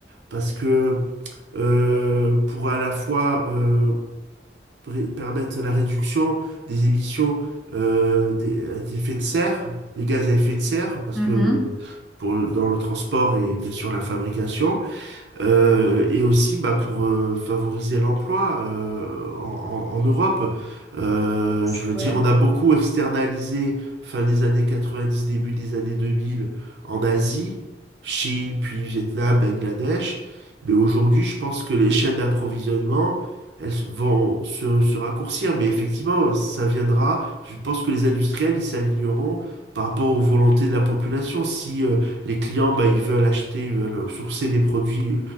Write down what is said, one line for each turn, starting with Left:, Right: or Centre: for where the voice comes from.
Right: parce que euh, pour à la fois euh, ré- permettre la réduction des émissions euh, des, des effets de serre, des gaz à effet de serre, parce
Centre: Mhm.
Right: que pour, le- dans le transport et bien sûr la fabrication. Euh, et aussi bah, pour euh, favoriser l'emploi euh, en, en- en Europe. Euh,
Centre: C-
Right: je veux
Centre: Ouais.
Right: dire, on a beaucoup externalisé fin des années 90, début des années 2000 en Asie, Chine, puis Vietnam, Bangladesh. Mais aujourd'hui, je pense que les chaînes d'approvisionnement, elles vont se, se raccourcir. Mais effectivement, ça viendra. Je pense que les industriels, ils s'aligneront par rapport aux volontés de la population. Si euh, les clients, bah, ils veulent acheter, ils veulent sourcer des produits